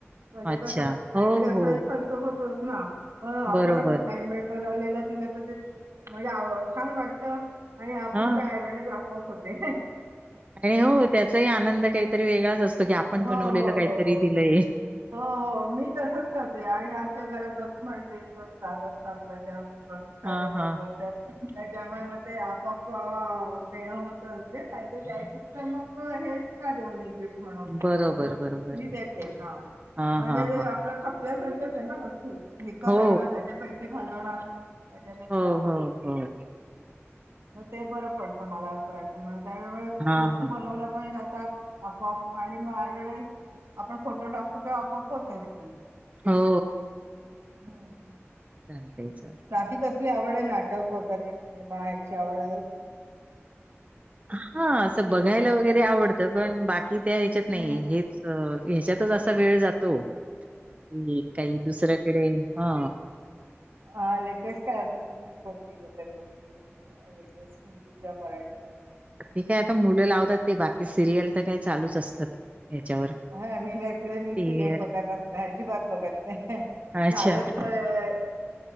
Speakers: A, on the right; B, on the right.
A: म्हणजे
B: अच्छा
A: कस नाही
B: हो
A: तरी असा
B: हो
A: खर्च होतोच ना म आपण
B: बरोबर
A: असं हँडमेड बन वलेल दिल तर ते म्हणजे छान वाटत आणि आपलं
B: हा
A: <unintelligible> <inaudible> कोक होते
B: आणि हो त्याचाही आनंद काहीतरी वेगळाच असतो की आपण
A: हो
B: बनवलेलं
A: हो
B: काहीतरी
A: हो हो
B: दिलंय
A: हो हो मी तसच करते आणि आमच्या घरात भरपूर माणसे येत जात असतात त्याच्यामुळे फॅमिली
B: हा हा.
A: मेंबर्स आहेत त्याच्यामुळे मग ते आपआप देणं होतं म्हणजे काहीतरी द्यायचं तर मग हे. च का देऊन गिफ्ट म्हणून
B: बरोबर
A: असं
B: बरोबर.
A: मी देते हा.
B: हा
A: म्हणजे
B: हा
A: ते
B: हा
A: आपलं खपल्यासारखंच आहे ना वस्तू विकत
B: हो
A: आणणार त्याचे पैसे घालवणार. त्याच्यापेक्षा
B: हो हो ह.
A: मग ते बरं पडतं मला असं वाटत म त्यावे
B: हा
A: वस्तू
B: हा.
A: बनवल्या पण जात. आपोआप आणि मग डव्हटाज आपण फोटो टाकतो ते आपोआप होतच ते.
B: हो.
A: हम् ह
B: चालतय चालतय.
A: बाी कसली आवड आहे नाटक वगैरे सिनेमा यांची आवड आहे.
B: हा असं बघायला वगैरे आवडतं पण बाकी त्या ह्याच्यात नाही
A: हम्म हम्म.
B: हेच. ह्याच्यातच असा वेळ जातो की काही दुसऱ्याकडे हा
A: हा लेटेस्ट क मूवी कोतीव र बघितली लेटेस्ट हिंदी किवा मराठी.
B: ते काय आता मुलं लावतात ते बाकी सिरियल तर काही चालूच असतात. ह्याच्यावर
A: हा मी नाही मी सिरियल
B: ते
A: बघत अस नाही अजिबात बघत नाही.
B: अच्छा
A: झाालच तररे.